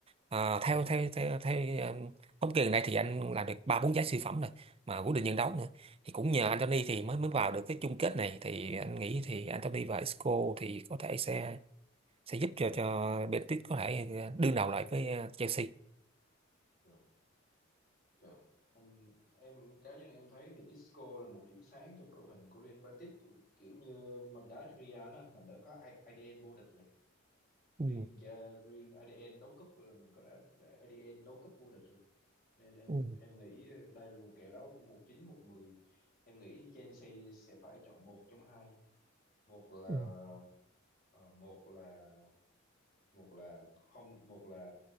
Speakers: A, on the right; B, on the left.
A: à, theo theo theo theo à, thống kê gần đây thì anh làm được ba bốn trái siêu phẩm rồi mà quyết định nhân đấu nữa thì cũng nhờ Anthony thì mới mới vào được cái chung kết này thì anh nghĩ thì Anthony và Isco thì có thể sẽ sẽ giúp cho cho Betis có thể à, đương đầu lại với ờ, Chelsea
B: dạ, trời. Anh, em cá nhân em thấy thì Isco là một điểm sáng trong đội hình của Real Betis kiểu như mình đá Real anh mình đã có I- IDN vô địch rồi
A: Ừ,
B: riêng gia- riêng IDN đấu cúp là mình có đã, đã IDN đấu cúp vô địch rồi nên em
A: ừ,
B: em nghĩ đây là một kèo đấu của một chín một mười em nghĩ Chelsea sẽ phải chọn một trong hai một là
A: ừ.
B: ờ, một là một là không một là